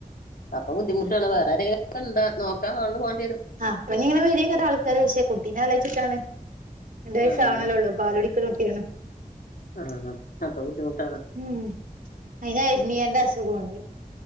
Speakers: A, on the left (about 75°); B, on the right (about 65°).
A: അപ്പൊ ബുദ്ധിമുട്ടാണ്
B: അപ്പൊ
A: വേറെരെങ്കിലുംക്കണ്ട നോക്കാനാള് പോണ്ടിരും
B: ആ അപ്പൊഞ്ഞിങ്ങനെ വരയ്ക്കാരം ആൾക്കാര് പക്ഷെ കുട്ടീനെ ആലോയിച്ചിട്ടാണ് രണ്ടു വയസ്സാവണല്ലോള്ളൂ
A: ആഹ്
B: പാലൂടി ക്കള ട്ടിയാണ്
A: ആഹ് ആഹ് അപ്പബുദ്ധിമുട്ടാണ്
B: ഉം അയിന് എര്നിയന്റെ അസുഖുണ്ട്